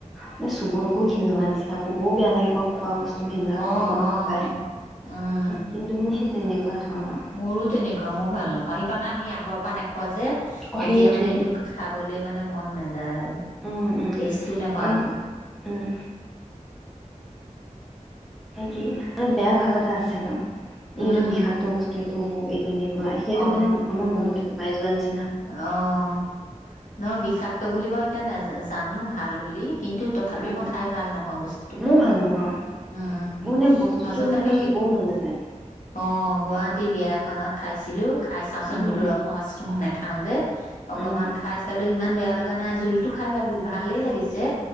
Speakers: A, in the centre; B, on the left.
A: মানে চুবলৈকো ঘিণ লগা নিছি <unintelligible> এতিয়া ক'বও বেয়া লাগে বাৰু! খোৱা বস্তু ঘিণ লগা
B: অ'-অ'
A: বুলি ক'ব নাপায়।
B: উম,
A: কিন্তু মানে সেই তেনেকুৱা ধৰণৰ
B: মোৰো তেনেকুৱা! ময়ো ভাল নাপাওঁ সেইকাৰণে আমি আগৰ পা নোখোৱা যে।
A: অ',
B: এতিয়া
A: সেইটোৱে।
B: মানে সেইটো খাবলে মানে মন নাযায়। যাৰ
A: উম, উম,
B: টেষ্টটো নাপাওঁ
A: উম,
B: একো। <inaudible>
A: উম, মানে কি মে বেয়া ভাৱ এটা আছে ন'। এইটো
B: উম
A: বিষাক্ত বস্তুটো মোক তেনেকে সেইটো
B: অ
A: মানে আমাৰ মনত <unintelligible>
B: অ', নহ বিষাক্ত বুলিব এতিয়া নাজ চানো ভাল বুলি। কিন্তু তথাপি
A: উম,
B: মই খাই ভাল নাপাওঁ বস্তুটো
A: ময়ো ভাল নাপাওঁ
B: উম
A: মোৰ মানে বস্তুটো
B: মাজতে
A: মানে
B: সেই
A: মোৰ চুবও মন নাযায়।
B: অ', গুৱাহাটী বিয় খনত খাইছিলোঁ। খাই চাওঁচোন
A: উম,
B: বো ৰ ময়ো ম নাপায়। খাওঁ যে। অকমান
A: উম,
B: খাই চালেও ইমান বেয়া লাগে। লা নাই জোলতো খাই ভাল ভালেই লাগিছে।